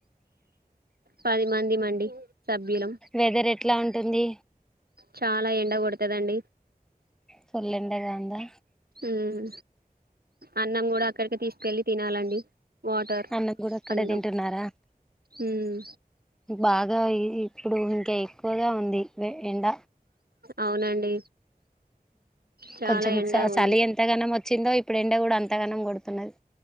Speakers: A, on the right (about 85°); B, in the centre.
A: పదిమంది మండి సభ్యులం
B: వెదర్ ఎట్లా అంటుంది
A: చాలా ఎండ కొడతదండి
B: ఫుల్ ఎండగా ఉందా
A: ఉమ్ అన్నం కూడా అక్కడికి తీస్త కెళ్ళి తినాలండి వాటర్
B: అన్నం కూడా అక్కడే
A: అన్నం
B: తింటున్నారా
A: ఉమ్
B: బాగా ఇప్పుడు ఇంకా ఎక్కువగా ఉంది ఎండ
A: అవునండి చాలా
B: కొంచెం
A: ఎండ ఉంది
B: చలి ఎంత గనం వచ్చిందో ఇప్పుడు ఎండ కూడా అంతగనం కొడుతున్నది